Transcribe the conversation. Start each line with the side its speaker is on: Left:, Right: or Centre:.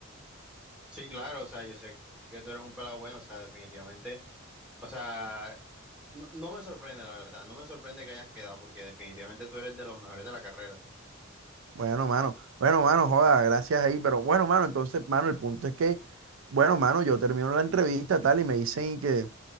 Centre: Sí, claro, o sea, yo sé que tú eres un pelado bueno, o sea, definitivamente, o sea, no, no me sorprende, la verdad, no me sorprende que hayas quedado, porque definitivamente tú eres de los mejores de la carrera.
Right: Bueno, mano, bueno, mano, joda, gracias ahí, pero bueno, mano, entonces, mano, el punto es que, bueno, mano, yo termino la entrevista tal y me dicen y que,